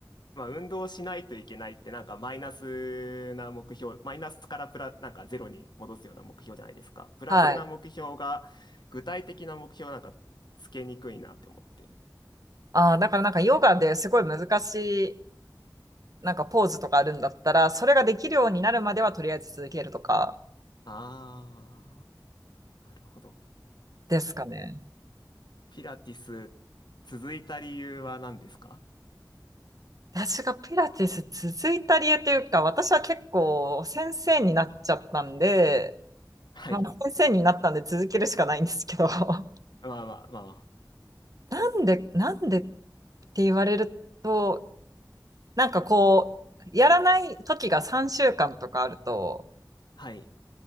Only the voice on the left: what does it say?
まあ運動しないといけないってなんかマイナスな目標、マイナスからプラ、なんかゼロに戻すような目標じゃないですか。プラスな目標が具体的な目標なんかつけにくいなって思って。
あー、なるほど。
ピラティス続いた理由は何ですか
はい。
まあまあまあ。
はい。